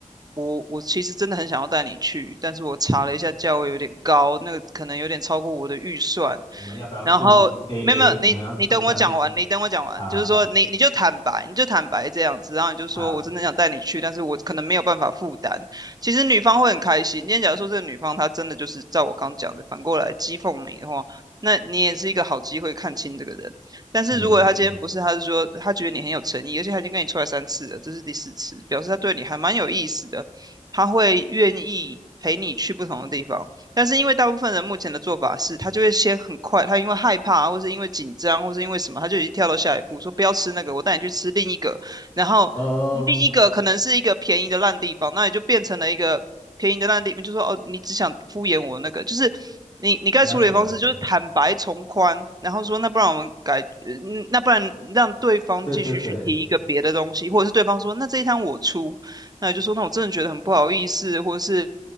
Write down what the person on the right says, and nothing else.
我我其实真的很想要带你去，但是我查了一下价位有点高，那个可能有点超过我的预算。
然后没有没有，
你你等我讲完，
你等我讲完，
就是说你你就坦白，你就坦白这样子，然后你就说我真的想带你去，
但是我可能没有办法负担。其实女方会很开心。今天假如说这个女方她真的就是照我刚讲的，反过来讥讽你的话，那你也是一个好机会看清这个人。但是如果他今天不是，
他是说他觉得你很有诚意，而且他已经跟你出来三次了，这是第四次，表示他对你还蛮有意思的，他会愿意陪你去不同的地方。但是因为大部分人目前的做法是，他就会先很快，他因为害怕，或是因为紧张，或是因为什么，他就已经跳到下一步，说不要吃那个，我带你去吃另一个，然后另一个可能是一个便宜的烂地方，
那也就变成了一个便宜的那地方，就说哦，你只想敷衍我那个，就是你你该处理的方式就是坦白从宽，
然后说那不然我们改，呃嗯那不然让对方继续去提一个别的东西，
或者是对方说那这一摊我出，那你就说那我真的觉得很不好意思，或者是